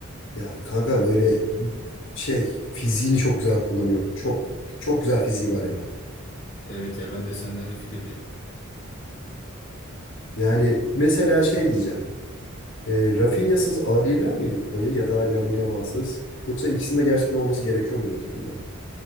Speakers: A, on the left; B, on the left.
A: Ya kanka böyle şey fiziğini çok güzel kullanıyor. Çok çok güzel fiziği var ya.
B: Evet ya ben de senden de fikirdeyim.
A: Yani mesela şey diyeceğim. E, Rafinha'sız alabilirler miydi kupayı ya da Lamine Yamal'sız? Yoksa ikisinin de gerçekten olması gerekiyor muydu o takımda?